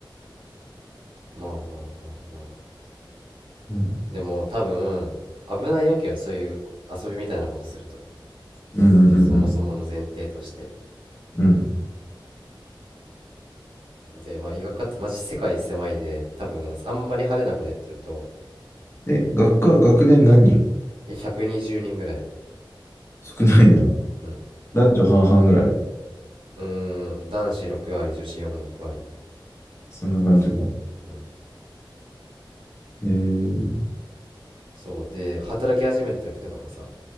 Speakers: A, on the right; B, on the left.
A: まあまあまあまあ
B: うん。
A: でも多分危ないわけよそういう遊びみたいなことすると
B: うんうんうんうん。
A: そもそもの前提として
B: うん
A: でまあ医学科ってマジ世界狭いで多分あんまり派手なことやってると
B: え、学科、学年何人
A: 120人ぐらい
B: <laughs> 少ないな。
A: うん
B: 男女半々ぐらい。
A: うーん男子6割女子4割
B: そんな感じか。
A: うん
B: えー、
A: そうで働き始めた時とかもさ